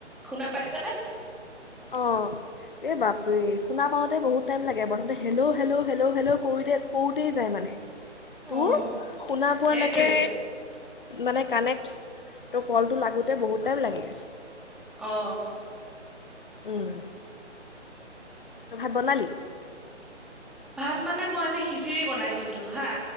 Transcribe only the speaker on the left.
আহঁ, এই বাপৰে শুনা পাওঁতে বহুত টাইম লাগে, প্ৰথমতে হেল্ল'-হেল্ল'- হেল্ল'-হেল্ল' কৰোঁতে কৰোঁতেই যায় মানে। তোৰ
শুনা পোৱালৈকে
মানে কানেক্ট কলটো লাগোঁতে বহুত টাইম লাগে।
উম, তই ভাত বনালি?